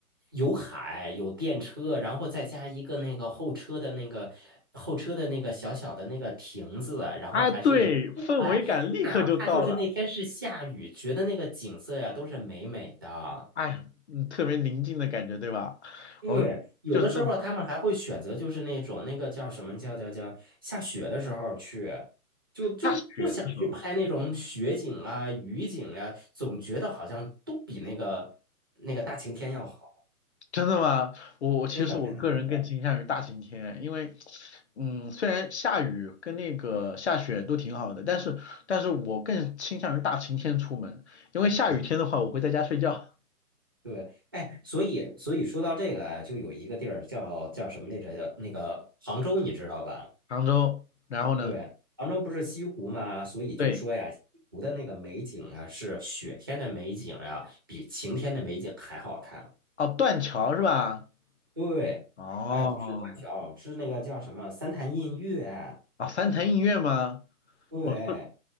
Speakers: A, on the right (about 15°); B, on the left (about 50°).
A: 有海有电车，然后再加一个那个后车的那个后车的那个小小的那个亭子啊，然后还是一个户外，
B: 啊，对，氛围感立刻就到了，
A: 哪怕就是那天是下雨，觉得那个景色呀都是美美的。
B: 哎，嗯，特别宁静的感觉，对吧？
A: 对，
B: 我就是这种
A: 有的时候他们还会选择，就是那种那个叫什么叫叫叫下雪的时候去，就就就想去拍那种雪景啊、
B: 下雪的时候。
A: 雨景啊，总觉得好像都比那个那个大晴天要好。
B: 真的吗？我我其实我个人更倾向于大晴天，
A: 真的，真的，真的，
B: 因为，嗯，虽然下雨跟那个下雪都挺好的，但是但是我更倾向于大晴天出门，因为下雨天的话我会在家睡觉。
A: 对，哎，所以所以说到这个啊，就有一个地儿叫叫什么来着？叫那个杭州，你知道吧？
B: 杭州，然后呢？
A: 对，杭州不是西湖嘛，所以就说呀，
B: 对，
A: 西湖的那个美景啊，是雪天的美景呀、比晴天的美景还好看。
B: 哦，断桥是吧？
A: 对，
B: 哦，
A: 哎，不是断桥，是那个叫什么三潭印月。
B: 啊，三潭印月吗？
A: 对，
B: 我